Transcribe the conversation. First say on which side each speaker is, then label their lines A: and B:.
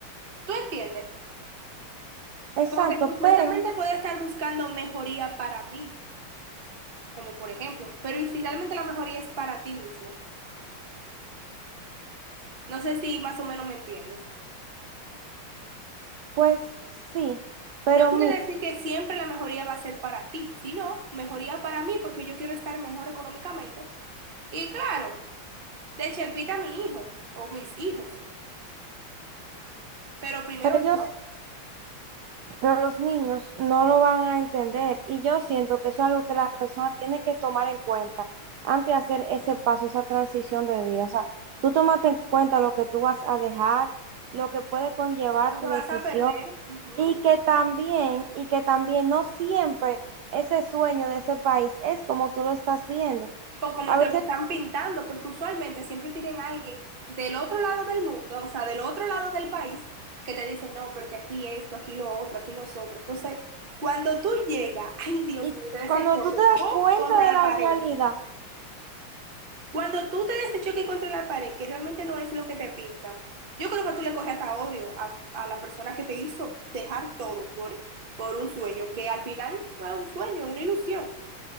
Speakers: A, on the right; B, on the right.
A: ¿Tú entiendes?
B: Exacto,
A: Porque supuestamente
B: pero
A: puede estar buscando mejoría para mí, como por ejemplo, pero ¿y si realmente la mejoría es para ti mismo? No sé si más o menos me entiendes.
B: pues sí, pero
A: No quiere
B: mi,
A: decir que siempre la mejoría va a ser para ti, sino mejoría para mí porque yo quiero estar mejor económicamente. Y claro. De Chepita mi hijo o mis hijos, pero primero
B: pero ellos,
A: yo.
B: pero los niños no lo van a entender y yo siento que eso es algo que la persona tiene que tomar en cuenta antes de hacer ese paso, esa transición de vida. O sea, tú tómate en cuenta lo que tú vas a dejar, lo que puede conllevar
A: Lo
B: tu
A: que vas
B: decisión.
A: a perder, ujú,
B: Y que también, y que también no siempre ese sueño de ese país es como tú lo estás viendo.
A: O como
B: A
A: te
B: veces,
A: lo están pintando, porque usualmente siempre tienen a alguien del otro lado del mundo, o sea, del otro lado del país, que te dice, no, porque aquí esto, aquí lo otro, aquí nosotros. Entonces, cuando tú llegas, ay Dios
B: y
A: mío, te des
B: cuando
A: el choque,
B: tú te das
A: ¡pum!
B: cuenta
A: contra
B: de la
A: la pared.
B: realidad,
A: Cuando tú te des ese choque contra la pared, que realmente no es lo que te pintan, yo creo que tú le coges hasta odio a, a la persona que te hizo dejar todo por, por un sueño, que al final no es un sueño, es una ilusión.